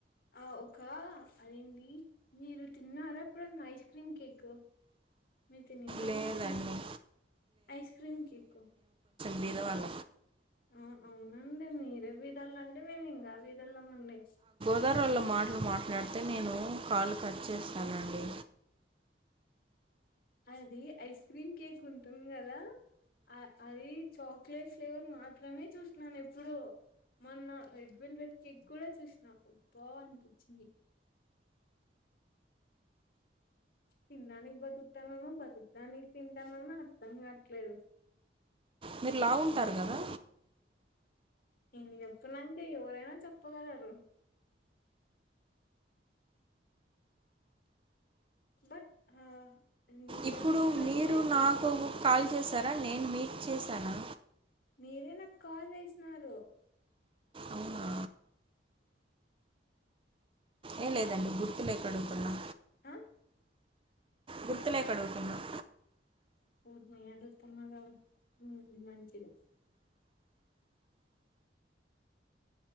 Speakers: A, on the left; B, on the right.
A: ఆ కా అదేడి మీరు తిన్నారా ఎప్పుడున్న ఐస్ క్రీమ్ కేక్ మీరు తింటారులేండి
B: లేదండి
A: ఐస్ క్రీమ్ కేక్
B: పేద వాళ్ళం
A: ఆ అవునండి మీరే బీధాలంటే మేము ఇంకా బీథోలం ఉమ్ ఏస్
B: తింగరోళ్ళ మాటలు మాట్లాడితే నేను కాలు కట్ చేస్తానండి
A: అది ఐస్ క్రీమ్ కేక్ ఉంటుంది కదా అ అది చాక్లెట్ ఫ్లేవర్ మాత్రమే చూసినను ఎప్పుడు మొన్న రెడ్ వెల్వెట్ కేక్ కూడా చూసిన బాగా అనిపించింది తిినడానికి బతుకుతానను బతుకుడానికి తింటానను అర్థం కాట్లేదు
B: మీరు లావు ఉంటారు కదా
A: ఇన్ని చెప్తున్నానంటే ఎవరైనా చెప్పగలరు బట్ హా నిజమేనంటే
B: ఇప్పుడు మీరు నాకు కాల్ చేశారా నేను మీకు చేశానా
A: మీరే నాకు కాల్ చేసినారు
B: అవునా ఏం లేదండి గుర్తు లేక అడుగుతున్నా
A: ఆ
B: గుర్తు లేక అడుగుతున్నాను
A: పోద్ మెయ్యగా పోధీ తమగా ఉ మంచిది